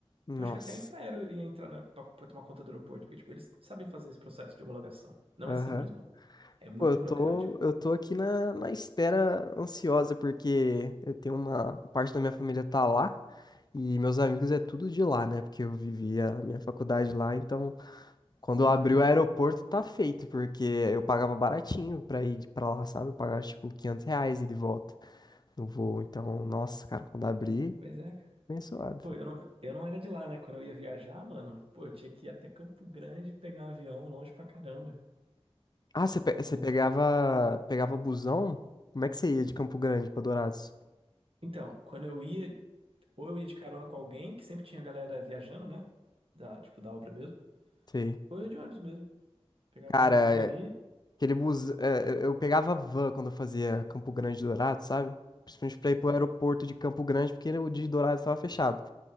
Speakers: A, on the left; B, on the right.
A: Nossa.
B: Que eu acho que até a Infraero ia entrar na, pra, pra tomar conta do aeroporto, porque, tipo, eles sabem fazer esse processo de homologação. Não
A: Aham.
B: é simples, mano. É muito
A: Pô, eu tô,
B: burocrático.
A: eu tô aqui na, na espera ansiosa, porque eu tenho uma parte da minha família tá lá e meus amigos é tudo de lá, né? Porque eu vivi a minha faculdade lá, então quando
B: Certeza.
A: abriu o aeroporto tá feito, porque eu pagava baratinho pra ir de- pra lá, sabe? Eu pagava tipo 500 reais e de volta no voo, então, nossa, cara, quando abri,
B: Pois é. cara.
A: abençoado.
B: Pô, eu não, eu não era de lá, né? Quando eu ia viajar, mano, pô, eu tinha que ir até Campo Grande pegar um avião longe pra caramba.
A: Ah, você pe- você
B: Muito.
A: pegava, pegava busão? Como é que você ia de Campo Grande pra Dourados?
B: Então, quando eu ia, ou eu ia de carona com alguém, que sempre tinha galera viajando, né? Da, tipo, da obra mesmo.
A: Sei.
B: Ou eu ia de ônibus mesmo. Pegava
A: Cara,
B: um busão ali.
A: Aquele bus... é, eu eu pegava van quando eu fazia Campo Grande Dourado, sabe? Principalmente pra ir pro
B: ah,
A: aeroporto de Campo Grande, porque o de Dourado estava fechado.